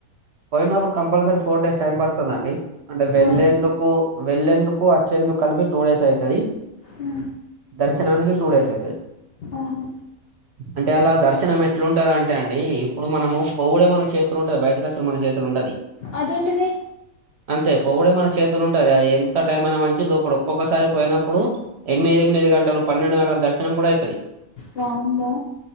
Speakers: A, on the right; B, on the left.
A: పోయినప్పుడు కంపల్సరీ ఫోర్ డేస్ టైం పడుతుందండి. అంటే వెళ్లేేందుకు
B: ఆహా
A: వెళ్ళేందుకు వచ్చేందుకు కలిపి టూ డేస్ అయితది
B: ఉహ్
A: దర్శనానికి టూ డేస్ ఐతది
B: ఆహా
A: అంటే అలా దర్ క్షణం ఎట్లు ఉంటది అంటే అండి ఇప్పుడు మనము పొవుడే మన చేతుల ఉంటది. బయటకి వచ్చిన మన చేతిల ఉండది
B: అదేంటిది
A: అంతే పోవుడే మన చేతులు ఉంటది. అది ఎంత టైం అయినా మంచి లోపల ఒక్కొక్కసారి పోయినప్పుడు ఎనిమిది ఎనిమిది మిది గంటలు పన్నెండు గంటల దర్శనం కూడా అయితది.
B: వామ్మో